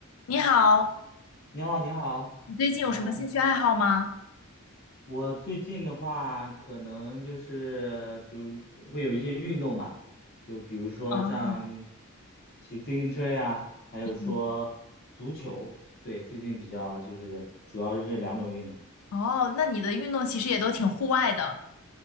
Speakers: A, on the left; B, on the left.
A: 你好，
B: 你好，你好，
A: 你最近有什么兴趣爱好吗？
B: 嗯，我最近的话，可能就是就会有一些运动嘛，就比如说像
A: 哦，
B: 骑自行车呀，还有说足球，
A: 嗯，
B: 对，最近比较就是主要是这两种运动。
A: 哦，那你的运动其实也都挺户外的。